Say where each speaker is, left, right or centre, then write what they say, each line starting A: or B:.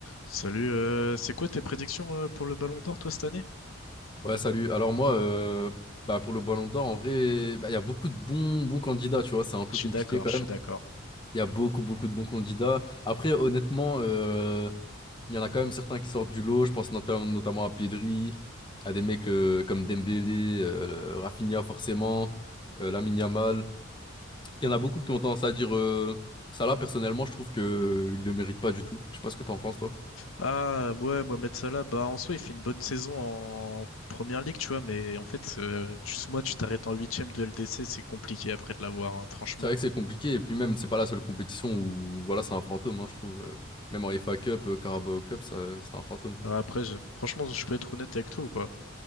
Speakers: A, on the left (about 80°); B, on the left (about 25°).
A: Salut, euh, c'est quoi tes prédictions euh, pour le Ballon d'Or, toi, cette année?
B: Ouais, salut. Alors moi, euh, bah pour le Ballon d'Or, en vrai, bah, il y a beaucoup de bons, bons candidats, tu vois, c'est un peu
A: Je suis
B: compliqué
A: d'accord,
B: quand
A: je
B: même.
A: suis d'accord.
B: Il y a beaucoup, beaucoup de bons candidats. Après, honnêtement, euh, il y en a quand même certains qui sortent du lot. Je pense notam- notamment à Pedri, à des mecs euh, comme Dembélé, euh, le- Rafinha forcément, euh, Lamine Yamal. Il y en a beaucoup qui ont tendance à dire euh, Salah, personnellement, je trouve que il le mérite pas du tout. Je sais pas ce que t'en penses, toi.
A: Ah, ouais, Mohamed Salah, bah, en soi, il fait une bonne saison en première ligue, tu vois, mais en fait, euh, juste moi, tu t'arrêtes en huitième de LDC, c'est compliqué après de l'avoir, hein, franchement.
B: C'est vrai que c'est compliqué, et puis même, c'est pas la seule compétition où voilà, c'est un fantôme, hein, je trouve. Euh, Même en FA Cup, euh, Carabao Cup, ça, c'est un fantôme, quoi.
A: Ouais, Après, je- franchement, je peux être honnête avec toi ou pas?